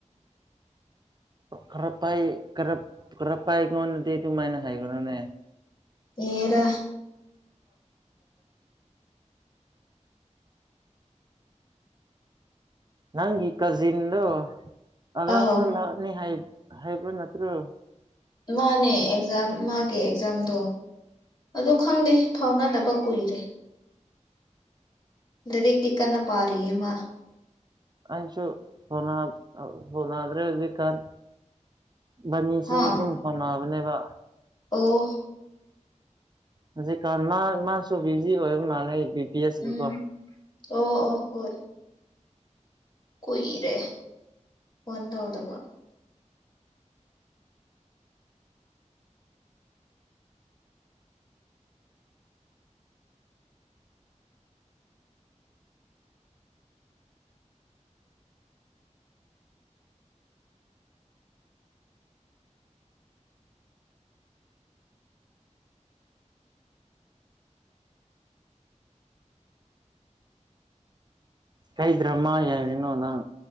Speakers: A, on the right; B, on the left.
A: ꯈꯔ ꯄꯥꯢ ꯈꯔꯞ ꯈꯔ ꯄꯥꯢ ꯑꯩꯉꯣꯟꯗꯗꯤ ꯑꯗꯨꯃꯥꯏꯅ ꯍꯥꯏꯒꯅꯨꯅꯦ
B: ꯍꯦꯗꯥ
A: ꯅꯪꯒꯤ ꯀꯖꯤꯟꯗꯣ ꯑꯒꯁꯇ
B: ꯑꯥꯎ
A: ꯂꯥꯛꯅꯤ ꯍꯥꯏꯕ ꯅꯠꯇ꯭ꯔꯣ꯫
B: ꯃꯥꯅꯦ ꯑꯦꯛꯖꯥꯝ ꯃꯥꯒꯤ ꯑꯦꯛꯖꯥꯝꯗꯣ ꯑꯗꯨ ꯈꯪꯗꯦ ꯐꯥꯎꯅꯗꯕ_ ꯀꯨꯏꯔꯦ ꯂꯥꯢꯔꯤꯛꯇꯤ ꯀꯥꯟꯅ ꯄꯥꯔꯤ ꯃꯥ__
A: ꯑꯩꯁꯨ ꯍꯣꯠꯅ ꯍꯣꯠꯅꯗ꯭ꯔꯦ ꯍꯧꯖꯤꯛꯀꯥꯟ ꯏꯕꯅꯤꯁꯨ
B: ꯍꯥ
A: ꯑꯗꯨꯝ ꯍꯣꯠꯅꯕꯅꯦꯕ
B: ꯑꯣ꯫
A: ꯍꯧꯖꯤꯛꯀꯥꯟ ꯃꯥ ꯃꯥꯁꯨ ꯕꯤꯖꯤ ꯑꯣꯏꯕ ꯃꯥꯜꯂꯦ ꯕꯤ ꯄꯤ ꯑꯦꯁꯀꯤꯀꯣ꯫
B: ꯎꯝ ꯑꯣ ꯑꯣ ꯍꯣꯏ꯫ ꯀꯨꯏꯔꯦ ꯐꯣꯟ ꯇꯧꯗꯕ
A: ꯀꯩ ꯗ꯭ꯔꯃꯥ ꯌꯥꯦꯡꯉꯤꯅꯣ ꯅꯪ